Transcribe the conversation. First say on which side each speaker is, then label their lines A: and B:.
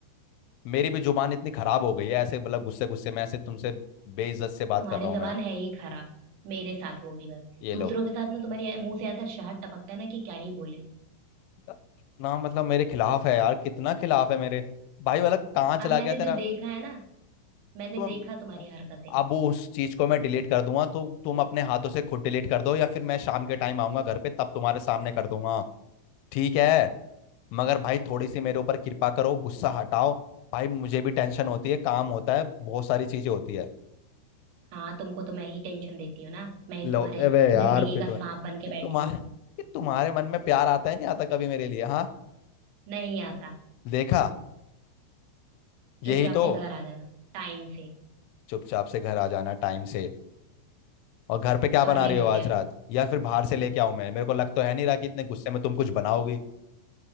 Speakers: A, on the left; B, on the right.
A: मेरी भी जुबान इतनी खराब हो गई है ऐसे मतलब गुस्से गुस्से में ऐसे तुमसे बेइज्जत से बात
B: तुम्हारी
A: कर रहा हूँ
B: जबान
A: मैं
B: है ही खराब मेरे साथ होगी बस
A: ये
B: दूसरों
A: लो
B: के साथ में तुम्हारे मुंह से ऐसा शहद टपकता है ना कि क्या ही बोले
A: कितना मतलब मेरे खिलाफ है यार कितना खिलाफ है मेरे भाई वाला कहाँ चला
B: हाँ तो मैंने
A: गया तेरा
B: जो देखा है ना मैंने
A: तुम
B: देखा तुम्हारी हरकतें
A: अब उस चीज को मैं डिलीट कर दूंगा तो तुम अपने हाथों से खुद डिलीट कर दो या फिर मैं शाम के टाइम आऊंगा घर पे तब तुम्हारे सामने कर दूंगा ठीक है मगर भाई थोड़ी सी मेरे ऊपर कृपा करो गुस्सा हटाओ भाई मुझे भी टेंशन होती है काम होता है बहुत सारी चीजें होती है
B: हाँ तुमको तो मैं ही टेंशन देती हूँ ना मैं ही
A: लो
B: तुम्हारे
A: अबे यार
B: जिंदगी
A: फिर
B: का
A: तो है।
B: सांप
A: कि
B: बन के बैठी
A: तुम्हारे
B: हूँ
A: कि तुम्हारे मन में प्यार आता है नहीं आता कभी मेरे लिए हाँ
B: नहीं आता
A: देखा यही
B: चुपचाप
A: तो
B: से घर आ जाना टाइम से
A: चुपचाप से घर आ जाना टाइम से और घर पे क्या
B: और
A: बना
B: नहीं
A: रही हो
B: तो
A: आज
B: क्या
A: रात या फिर बाहर से लेके आऊं मैं मेरे को लग तो है नहीं रहा कि इतने गुस्से में तुम कुछ बनाओगी